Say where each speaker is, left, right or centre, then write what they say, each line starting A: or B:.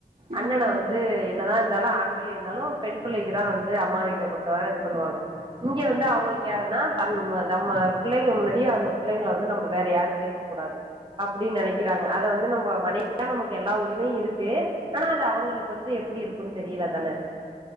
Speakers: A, on the right (about 55°); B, on the right (about 30°).
A: ஆ
B: அண்ணன
A: ஆமா
B: வந்து
A: தோழி
B: என்னதா இருந்தாலும் ஆண் பிள்ளை இருந்தாலு பெண் பிள்ளைக்கு தா வந்து அம்மா வீட்ட பொறுத்தவர இது பண்ணுவாங்க இங்க வந்து அவ்ங்களுக்கு யாருன்னா அந்ம நம்ம பிள்ளைங்க முன்னாடியா அந்த புள்ளைங்கள வந்து நம்ம வேற யாரு பேசக்கூடாது அப்டினு நெனைக்கிறாங்க அது வந்து நம்ம மனைவியா நமக்கு எல்லா உரிமையு இருக்கு ஆனா அது அவங்களுக்கு வந்து எப்டி இருக்கும்ன் தெரியில தான